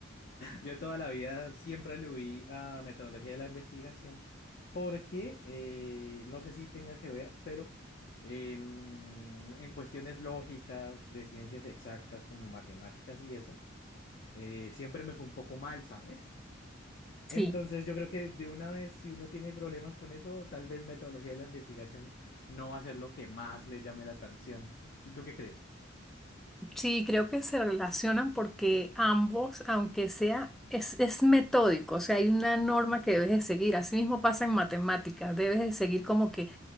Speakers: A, on the left; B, in the centre.
A: Yo toda la vida siempre le huí a metodología de la investigación porque eh, no sé si tenga que ver, pero eh, mm, en cuestiones lógicas, de ciencias exactas como matemáticas y eso, eh, siempre me fue un poco mal, ¿sabes?
B: Sí.
A: Entonces yo creo que de una vez, si uno tiene problemas con eso, tal vez metodología de la investigación no va a ser lo que más le llame la atención. ¿Tú, tú qué crees?
B: Sí, creo que se relacionan porque ambos, aunque sea, es, es metódico, o sea, hay una norma que debes de seguir. Así mismo pasa en matemáticas, debes de seguir como que,